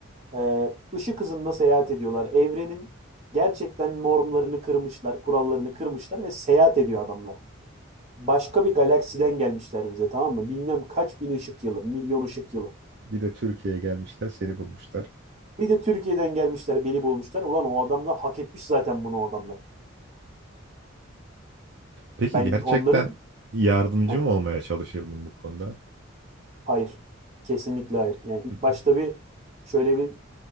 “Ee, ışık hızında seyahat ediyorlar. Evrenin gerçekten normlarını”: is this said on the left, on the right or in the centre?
Right